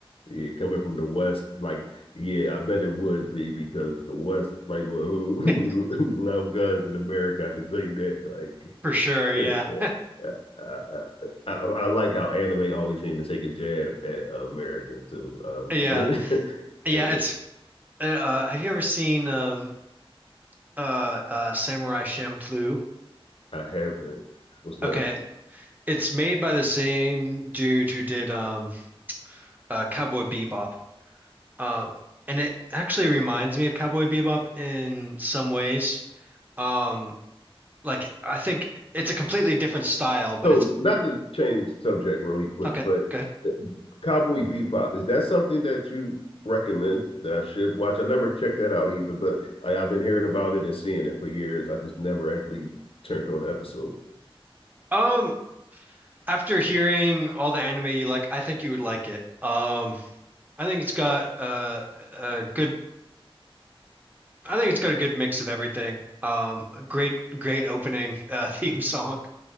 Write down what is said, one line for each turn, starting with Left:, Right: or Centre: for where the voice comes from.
Left: yeah, coming from the West, like yeah, I bet it would be because the West, like <laughs> who- who-
Right: <laughs>
Left: we, love guns in America. I can tell you that.
Right: for
Left: Like,
Right: sure. Yeah,
Left: <laughs>
Right: <laughs>
Left: I, I, I, like how anime always seem to take a jab at America too. Um,
Right: yeah,
Left: <laughs>
Right: yeah.
Left: and
Right: It's uh, uh, have you ever seen um uh uh Samurai Champloo?
Left: I haven't. What's that?
Right: Okay,
Left: a
Right: it's made by the same dude who did um uh Cowboy Bebop. Uh, and it actually reminds me of Cowboy Bebop in some ways. Um, like I think it's a completely different style, but
Left: So,
Right: it's
Left: not to change subject really quick,
Right: okay,
Left: but
Right: good.
Left: uh, Cowboy Bebop, is that something that you recommend that I should watch? I never checked that out either, but I, I've been hearing about it and seeing it for years. I just never actually turned on the episode.
Right: Um, after hearing all the anime you like, I think you would like it. Um, I think it's got uh, a good I think it's got a good mix of everything. Um, a great great opening uh, <laughs> theme song.